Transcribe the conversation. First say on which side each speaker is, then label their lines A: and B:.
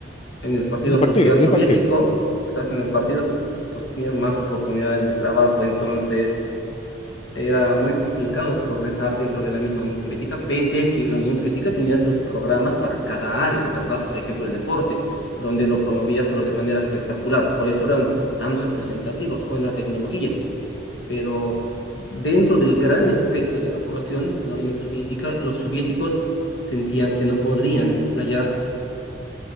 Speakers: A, on the left; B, on the left.
A: en el partido
B: En el
A: social
B: partido, en
A: soviético,
B: el partido.
A: exacto, en el partido, pues tenías más oportunidades de trabajo. Entonces era muy complicado progresar dentro de la misma Unión Soviética, pese a que la Unión Soviética tenía sus programas para cada área, ¿verdad? Por ejemplo, el deporte, donde lo promovía, pero de manera espectacular. Por eso eran tan representativos, o en la tecnología. Pero dentro del gran espectro de la población, la Unión Soviética, los soviéticos sentían que no podrían explayarse.